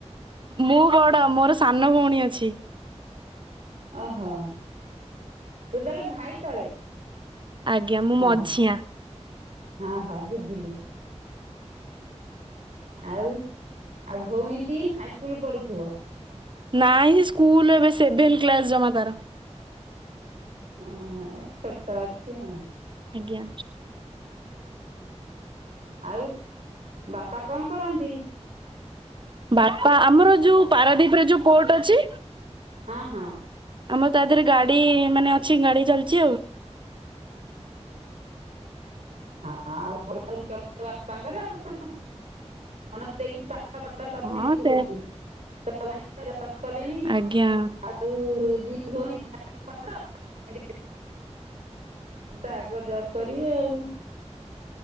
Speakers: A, on the right; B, on the right.
A: ମୁଁ ବଡ ମୋର ସାନ ଭଉଣୀ ଅଛି।
B: ଓହୋ ତୁ ତାହେଲେ ଭାଇ ତଳେ?
A: ଆଜ୍ଞା ମୁଁ
B: ହଁ
A: ମଝିଆ।
B: ହଁ ହଁ ହଁ ବୁଝିଲି। ଆଉ ଆଉ ଭଉଣୀଟି ହାଇସ୍କୁଲ ପଢୁଥିବ।
A: ନାଇଁ ସ୍କୁଲ ଏବେ ସେଭେନ କ୍ଲାସ ଜମା ତାର।
B: ଓହୋ ଛୋଟ ଅଛି ଆଉ।
A: ଆଜ୍ଞା
B: ଆଉ ବାପା କଣ କରନ୍ତି
A: ବାପା ଆମର ଯୋଉ ପାରାଦ୍ଵୀପ ରେ ଯୋଉ କୋର୍ଟ ଅଛି
B: ହଁ ହଁ
A: ଆମର ତା ଦେହରେ ଗାଡି ମାନେ ଅଛି ଗାଡି ଚାଲିଛି ଆଉ
B: ହଁ ଆଉ ଭଲ ଇନକମ ବାପାଙ୍କର ଆଉ କଣ ମନ ଦେଇକି ପାଠ ପଢ ତମେ
A: ହଁ
B: ଦି
A: ସେ
B: ଭଉଣୀ ଭାଇ ତ ଜବ କଲେଣି
A: ଆଜ୍ଞା
B: ଆଉ ଦି ଭଉଣୀ ପାଠ ପଢ଼ ତ ଆଗ ଜବ୍ କରିବେ ଆଉ